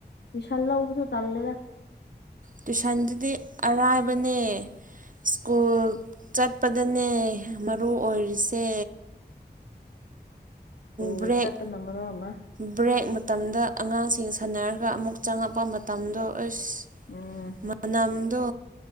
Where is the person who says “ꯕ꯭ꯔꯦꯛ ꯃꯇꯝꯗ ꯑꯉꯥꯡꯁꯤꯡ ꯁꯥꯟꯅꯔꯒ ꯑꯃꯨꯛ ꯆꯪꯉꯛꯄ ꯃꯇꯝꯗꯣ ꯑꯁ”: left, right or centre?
Right